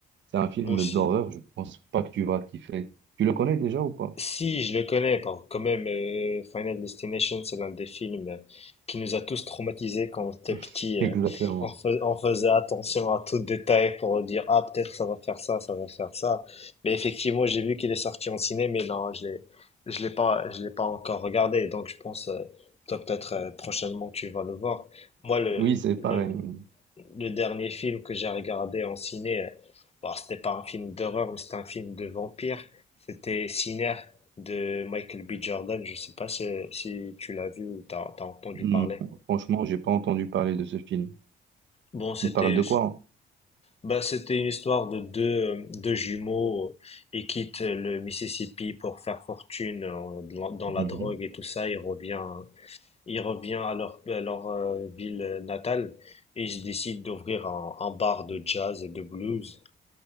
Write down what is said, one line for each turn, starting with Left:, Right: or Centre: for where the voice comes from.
Right: C'est un film
Left: aussi.
Right: d'horreur. Je pense pas que tu vas kiffer. Tu le connais déjà ou pas?
Left: Si, je le connais, bon, quand même, euh, Final Destination, c'est l'un des films euh, qui nous a tous traumatisés quand on était petit.
Right: <laughs> Exactement.
Left: euh, on, fais- on faisait attention à tout détail pour dire, ah, peut-être ça va faire ça, ça va faire ça. Mais effectivement, j'ai vu qu'il est sorti en ciné, mais non, je l'ai, je l'ai pas, je l'ai pas encore regardé. Donc, je pense, euh, toi, peut-être, euh, prochainement, tu vas le voir. Moi, le,
Right: Oui, c'est pareil.
Left: le,
Right: oui.
Left: le dernier film que j'ai regardé en ciné, euh, bon, c'était pas un film d'horreur, mais c'était un film de vampire. C'était Sinner de Michael B. Jordan. Je sais pas si, si tu l'as vu ou t'as, t'as entendu
Right: Mm.
Left: parler.
Right: Franchement, j'ai pas entendu parler de ce film.
Left: Bon, c'était,
Right: Il parle de quoi?
Left: bah, c'était une histoire de deux, deux jumeaux et quittent le Mississippi pour faire fortune en- dans la
Right: Mhm.
Left: drogue et tout ça. Il revient, il revient à leur, à leur euh, ville natale et ils décident d'ouvrir un, un bar de jazz et de blues.